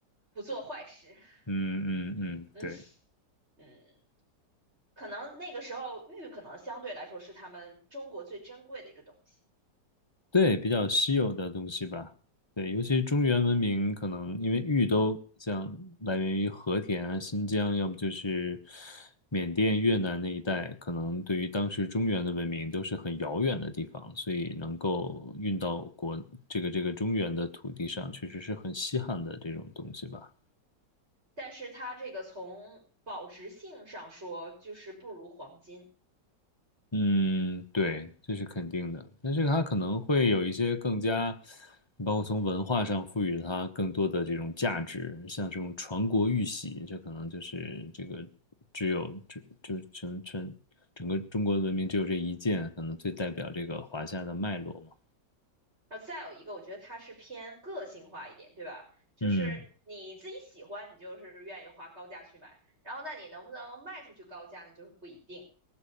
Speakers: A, on the right (about 35°); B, on the left (about 15°).
A: 不做坏事。
B: 嗯嗯嗯，
A: <laughs> 嗯
B: 对，
A: 嗯，可能那个时候玉可能相对来说是他们中国最珍贵的一个东西。
B: 对，比较稀有的东西吧。对，尤其中原文明，
A: 嗯，
B: 可能因为玉都像来源于和田啊、新疆，要么就是缅甸、越南那一带，可能对于当时中原的文明都是很遥远的地方，所以能够运到国这个这个中原的土地上，确实是很稀罕的这种东西吧。
A: 但是它这个从保值性上说，就是不如黄金。
B: 嗯，对，这是肯定的，但是它可能会有一些更加，包括从文化上赋予它更多的这种价值，
A: 嗯，
B: 像这种传国玉玺，这可能就是这个只有这就是全全整个中国文明只有这一件，可能最代表这个华夏的脉络嘛。
A: 后再有一个，我觉得它是偏个性化一点，对吧？就是你自己喜欢，
B: 嗯
A: 你就是愿意花高价去买，然后那你能不能卖出去高价呢？就是不一定，